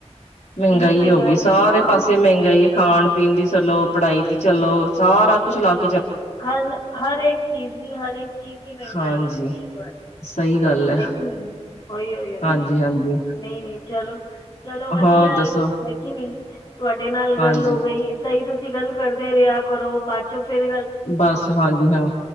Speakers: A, on the left; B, on the left.
A: ਮਹਿੰਗਾਈ
B: ਇੰਨੀ
A: ਹੋ ਗਈ ਸਾਰੇ
B: ਆ ਹਾਂ
A: ਪਾਸੇ ਮਹਿੰਗਾਈ। ਖਾਣ ਪੀਣ ਦੀ ਚੱਲੋ ਪੜ੍ਹਾਈ ਦੀ ਚੱਲੋ ਸਾਰਾ ਕੁਛ ਲੱਗ।
B: ਹਰ-ਹਰ ਇੱਕ ਚੀਜ਼ ਦੀ ਹਰ ਇੱਕ ਚੀਜ਼ ਦੀ ਮਹਿੰਗਾਈ
A: ਹਾਂਜੀ
B: ਹੋਗੀ ਹੈ ਤੁਹਾਡ
A: ਸਹੀ ਗੱਲ ਹੈ
B: ਹੈਗੀ ਨਹੀਂ ਹੀ
A: ਹਾਂਜੀ
B: ਈ
A: ਹਾਂਜੀ
B: ਨਹੀਂ-ਨਹੀਂ ਚਲੋ। ਚਲੋ ਵਧੀਆ
A: ਹੋਰ ਦੱਸੋ
B: ਹੈ ਹੈਗੀ ਨੀ ਤੁਹਾਡੇ ਨਾਲ
A: ਹਾਂਜੀ
B: ਗੱਲ ਹੋ ਗਈ ਏਦਾਂ ਹੀ ਤੁ ਗੱਲ ਕਰਦੇ ਰਿਹਾ ਕਰੋ ਬਾਅਦ ਚੋਂ ਫੇਰ
A: ਬਸ ਹਾਂਜੀ ਹਾਂ